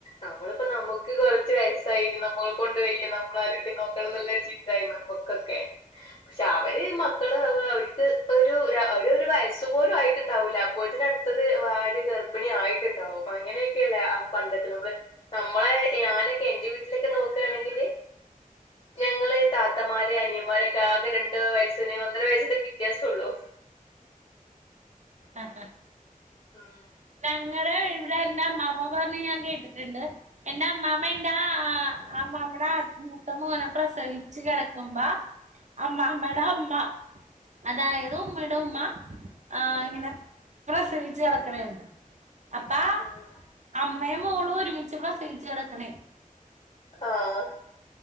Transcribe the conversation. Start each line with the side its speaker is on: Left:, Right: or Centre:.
Left: നമ്മളിപ്പോ നമുക്ക് കൊറച്ച് വയസായിന് നമ്മള കൊണ്ട് വെയ്യ നമ്മൾ ആരക്കും നോക്കണം എന്നുള്ളരു ചിന്തായി നമ്മ
Right: <inaudible>
Left: പക്ഷെ അവര് മക്കള് അവർക്ക് ഒരുര ഒരു വയസ് തുപോലും ആയിട്ടുണ്ടാവില്ല അപ്പോഴത്തിന് അടുത്തത് വാട് ഗർഭിണി ആയിട്ടുണ്ടാവും അങ്ങനെയൊക്കെല്ലേ ആ പണ്ടത്തെ നമ്മള് നമ്മളെ ഞാനൊക്കെ എന്റെ വീട്ടിലൊക്കെ നോക്കണെങ്കില് ഞങ്ങള് താത്തമാര് അനിയന്മാരൊക്കെ ആകെ രണ്ട വയസ്സിന് ഒന്നര വയസ്സന്റെക്കെ വ്യത്യാസൊള്ളു
Right: ആഹ് ആഹ്
Left: ഉം
Right: ഞങ്ങള് ഇവിടെ ഇന്റെ അമ്മാമ പറഞ്ഞ് ഞാൻ കേട്ടിട്ടുണ്ട് എന്റൊ അമ്മാമ്മ എന്താ അമ്മാമ്മടെ മൂത്ത മകനെ പ്രസവിച്ചു കെടക്കുമ്പോ അമ്മാമേട അമ്മ അതായത് ഉമ്മയുടെ ഉമ്മ ആ ഇങ്ങനെ പ്രസവിച്ചു കിടക്കണെന്ന് അപ്പാ
Left: ഉം
Right: അമ്മയും മോളും ഒരുമിച്ച പ്ര സേച്ച് കിടക്കണേ
Left: ആഹ്